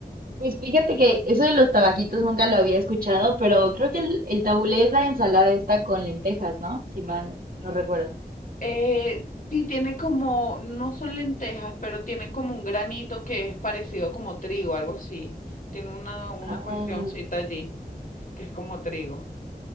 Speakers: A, on the right; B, on the left.
A: Pues fíjate que eso de los tabaquitos nunca lo había escuchado, pero creo que el, el tabulé es la ensalada esta con lentejas, ¿no? Si mal no recuerdo.
B: Eh, sí, tiene como, no son lentejas, pero tienen como un granito que es parecido como trigo, algo así. Tiene una, una
A: Ah,
B: cuestioncita allí, que es como trigo.